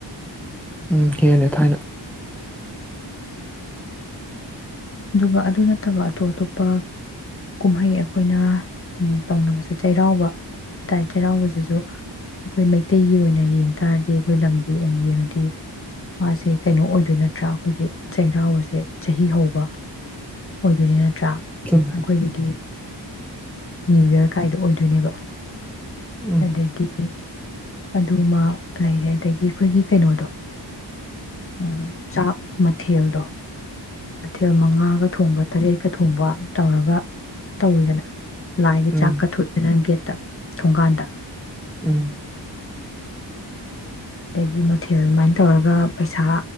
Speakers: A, in the centre; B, on the left (about 30°).
A: ꯎꯝ ꯍꯦꯂꯦ ꯊꯥꯏꯅ
B: ꯑꯗꯨꯒ ꯑꯗꯨ ꯅꯠꯇꯕ ꯑꯇꯣ ꯑꯇꯣꯞꯄ ꯀꯨꯝꯍꯩ ꯑꯩꯈꯣꯏꯅ ꯇꯧꯅꯕꯁꯦ ꯆꯩꯔꯥꯎꯕ ꯍꯥꯏ ꯇꯥꯔꯦ ꯆꯩꯔꯥꯎꯕꯖꯤꯁꯨ ꯑꯩꯈꯣꯏ ꯃꯩꯇꯩꯒꯤ ꯑꯣꯏꯅ ꯌꯦꯡ ꯇꯥꯔꯗꯤ ꯑꯩꯈꯣꯏ ꯂꯝꯒꯤ ꯑꯣꯏꯅ ꯌꯦꯡꯉꯗꯤ ꯃꯥꯁꯦ ꯀꯩꯅꯣ ꯑꯣꯏꯗꯣꯏ ꯅꯠꯇ꯭ꯔꯥ ꯑꯩꯈꯣꯏꯒꯤ ꯆꯩꯔꯥꯎꯕꯁꯦ ꯆꯥꯍꯤ ꯍꯧꯕ ꯑꯣꯏꯗꯣꯌꯠ ꯇ꯭ꯔꯥ
A: ꯆꯨꯝꯃꯦ
B: ꯅꯈꯣꯏꯒꯤꯗꯤ ꯅ꯭ꯌꯨ ꯌꯔ ꯀꯥꯏꯗꯣ ꯑꯣꯏꯗꯣꯏꯅꯦꯕ
A: ꯎꯝ
B: ꯑꯗꯒꯤ ꯏ ꯑꯗꯨꯃ ꯂꯩꯔꯦ ꯑꯗꯒꯤ ꯑꯩꯈꯣꯏꯒꯤ ꯀꯩꯅꯣꯗꯣ ꯎꯝ ꯆꯥꯛ ꯃꯊꯦꯜꯗꯣ ꯃꯊꯦꯜ ꯃꯉꯥꯒ ꯊꯣꯡꯕ ꯇꯔꯦꯠꯀ ꯊꯣꯡꯕ ꯇꯧꯔꯒ ꯇꯧꯋꯤꯗꯅ ꯂꯥꯏꯒꯤ
A: ꯎꯝ
B: ꯆꯥꯛꯀꯥ <unintelligible> ꯒꯦꯠ ꯇꯥ ꯊꯣꯡꯒꯥꯟꯗ
A: ꯎꯝ
B: ꯗꯥꯒꯤ ꯃꯊꯦꯜ ꯃꯥꯏꯟ ꯇꯧꯔꯒ ꯄꯩꯁꯥ